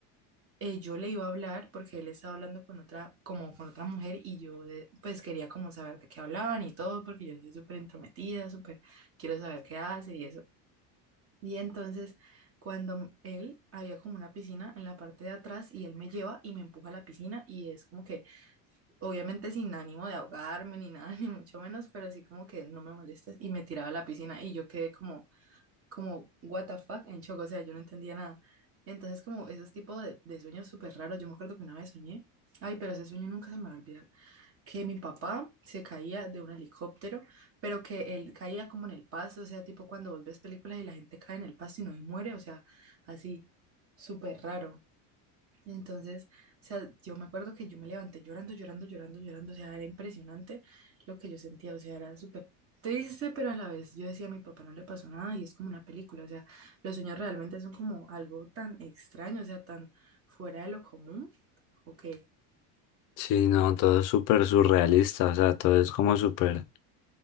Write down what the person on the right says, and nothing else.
eh, yo le iba a hablar porque él estaba hablando con otra, como con otra mujer y yo de- pues quería como saber de qué hablaban y todo porque yo soy súper entrometida, súper quiero saber qué hace y eso. Y entonces, cuando él había como una piscina en la parte de atrás y él me lleva y me empuja a la piscina y es como que Obviamente sin ánimo de ahogarme ni nada, <laughs> ni mucho menos, pero así como que no me molestes y me tiraba a la piscina y yo quedé como, como, what the fuck, en shock, o sea, yo no entendía nada. Entonces como esos tipos de, de sueños súper raros, yo me acuerdo que una vez soñé, ay, pero ese sueño nunca se me va a olvidar, que mi papá se caía de un helicóptero, pero que él caía como en el pasto, o sea, tipo cuando vos ves películas y la gente cae en el pasto y no se muere, o sea, así, súper raro. Entonces, o sea, yo me acuerdo que yo me levanté llorando, llorando, llorando, llorando, o sea, era impresionante lo que yo sentía, o sea, era súper triste, pero a la vez yo decía, a mi papá no le pasó nada y es como una película, o sea, los sueños realmente son como algo tan extraño, o sea, tan fuera de lo común, o que,